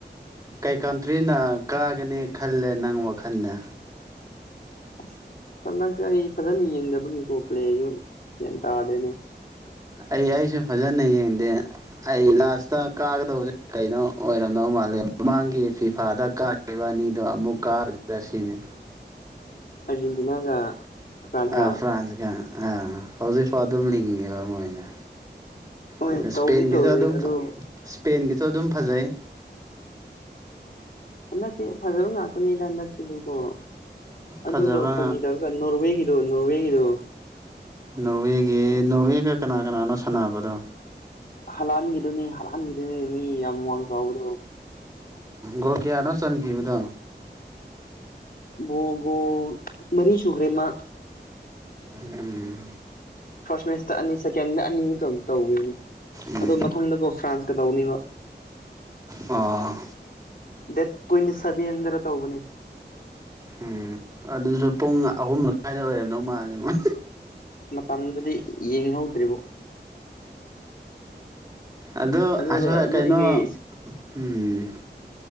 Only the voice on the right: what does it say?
ꯀꯩ ꯀꯟꯇ꯭ꯔꯤꯅ ꯀꯥꯒꯅꯤ ꯈꯜꯂꯦ ꯅꯪ ꯋꯥꯈꯜꯅꯦ
ꯑꯩ ꯑꯩꯁꯨ ꯐꯖꯅ ꯌꯦꯡꯗꯦ ꯑꯩ ꯂꯥꯁꯇ ꯀꯥꯒꯗꯕꯁꯦ ꯀꯩꯅꯣ ꯑꯣꯏꯔꯝ ꯃꯥꯜꯂꯦ ꯃꯃꯥꯡꯒꯤ ꯐꯤꯐꯥꯗ ꯀꯅꯤꯗꯣ ꯑꯃꯃꯨꯛꯀꯥꯗ ꯔꯁꯤꯅꯦ
ꯑꯥ ꯐ꯭ꯔꯥꯟꯁꯀ ꯑꯥ ꯍꯧꯖꯤꯛ ꯐꯥꯎ ꯑꯗꯨꯝ ꯂꯤꯡꯉꯦꯕ ꯃꯣꯏꯅ
ꯑꯗꯨꯒ ꯏꯁꯄꯦꯟꯒꯤꯁꯨ
ꯑꯗꯨꯝ
ꯏꯁꯄꯦꯟꯒꯤꯁꯨ ꯑꯗꯨꯝ ꯐꯖꯩ
ꯐꯖꯕ
ꯅꯣꯔꯋꯦꯒꯤ ꯅꯣꯔꯋꯦꯒ ꯀꯅꯥ ꯀꯅꯥꯅꯣ ꯁꯥꯟꯅꯕꯗꯣ
ꯑꯣ ꯀꯌꯥꯅ ꯆ ꯊꯕꯨꯗꯣ
ꯎꯝ
ꯎꯝ
ꯑ
ꯎꯝ ꯑꯗꯨꯁꯨ ꯄꯨꯡ ꯑꯍꯨꯝ ꯑꯗꯨꯏꯗ ꯑꯣꯏꯔꯝꯗꯧ ꯃꯥꯜꯂꯦ ꯃꯣꯏ
ꯑꯗꯨꯣ
ꯀꯩꯅꯣ
ꯎꯝ